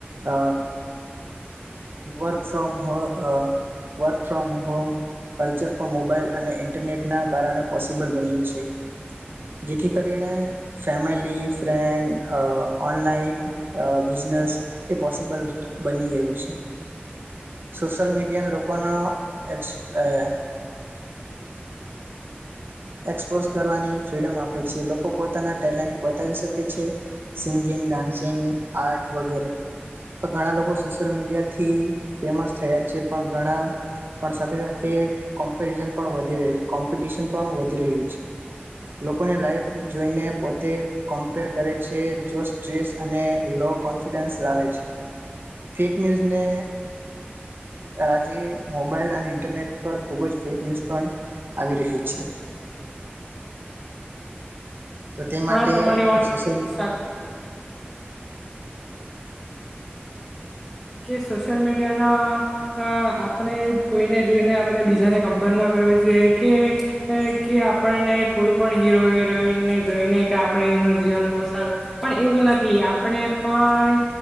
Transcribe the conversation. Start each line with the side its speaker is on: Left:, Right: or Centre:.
Right: અ વર્ક ફ્રોમ હોમ અ વર્ક ફ્રોમ હોમ કલ્ચર પણ મોબાઈલ અને ઇન્ટરનેટના કારણે પોસિબલ બન્યું છે. જેથી કરીને ફેમિલી ફ્રેન્ડ અ ઓનલાઈન અ બિઝનેસ એ પોસિબલ બની ગયું છે સોશલ મીડિયાન લો ઓનો એક્સ અયા એક્સપોઝ કરવાની ફ્રીડમ આપે છે. લોકો પોતાના ટેલેન્ટ બતાવી શકે છે. સિંગિંગ, ડાન્સિંગ, આર્ટ વગેરે. ઘણા લોકો સોશિયલ મીડિયાથી ફેમસ થયા છે, પણ ઘણા પણ સાથે સાથે કોમ્પેરીઝન પણ વધી રહી કોમ્પિટશન પણ વધી રહ્યું છે. લોકોની લાઈફ જોઈને પોતે કમ્પેર કરે છે. જો સ્ટ્રેસ અને લો કોન્ફિડન્સ લાવે છે. ફેક ન્યૂઝને આજે મોબાઈલ અને ઇન્ટરનેટ પર ખૂબ જ ફેક ન્યૂઝ પણ આવી રહી છે. તો તે માટે
Left: હા તમારી વાત
Right: સોશલ
Left: સાચી છે. કે સોશિયલ મીડિયાના અ આપને જ કોઈને જોઈને આપણે બીજાને કમ્પેર ન કરવી જોઈએ કે કે આપણને કોઈ પણ હીરો હિરોઈનને જોઈને કે આપણે એનું જીવન બહુ સારું પણ એવું નથી આપને પણ